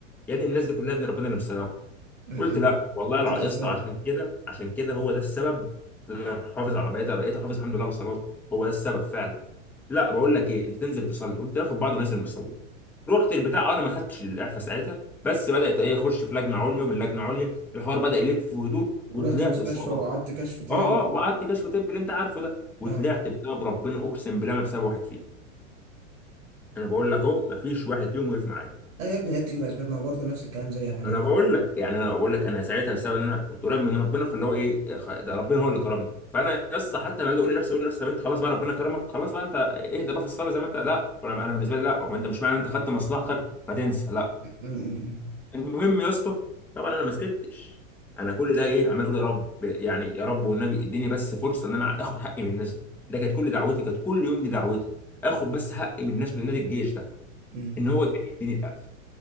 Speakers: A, in the centre; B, on the right.
A: يا ابني الناس دي كلها ابن ربنا اللي مسيطر
B: مم. مم.
A: قلت لا والله الع-
B: بأسباب
A: يا اسطى عشان كده عشان كده هو ده السبب اللي انا حافظ على بقيت بقيت حافظ الحمد لله على صلاتي هو ده السبب فعلا لا بقول لك ايه انت تنزل تصلي وانت واخد بعض ونازل مصلي رحت البتاع أه انا ما خدتش الاعفاء ساعتها بس بدات ايه اخش في لجنه عليا ومن لجنه عليا الحوار بدا يلف ويدور
B: ورحت
A: وطلعت
B: المستشفى
A: بسبب
B: وقعدت
A: ربنا
B: كشف تاني
A: اه اه
B: و...
A: وقعدت كشف طب اللي انت عارفه ده وطلعت
B: اه
A: بسبب ربنا اقسم بالله ما بسبب واحد فيهم انا بقول لك اهو ما فيش واحد فيهم وقف معايا
B: ايوه يا ابني هي بتيجي بأسباب ما هو برضه نفس الكلام زي حالاتي
A: ما انا بقول لك يعني انا بقول لك انا ساعتها بسبب ان انا كنت قريب من ربنا فاللي هو ايه خ- ده ربنا هو اللي كرمني فانا يا اسطى حتى لما اجي اقول لنفسي اقول لنفسي طب انت خلاص بقى ربنا كرمك خلاص بقى انت اهدى بقى في الصلاه زي ما انت لا انا أنا بالنسبه لي لا هو انت مش معنى انت خدت مصلحتك فتنسى لا
B: أمم،
A: المهم يا اسطى طبعا انا ما سكتش انا كل ده ايه عمال اقول يا رب يعني يا رب والنبي اديني بس فرصه ان انا اخد حقي من الناس دي ده كانت كل دعوتي كانت كل يوم دي دعوتي اخد
B: أمم،
A: بس حقي من الناس بنادي الجيش ده
B: أمم.
A: ان هو كان يديني القفل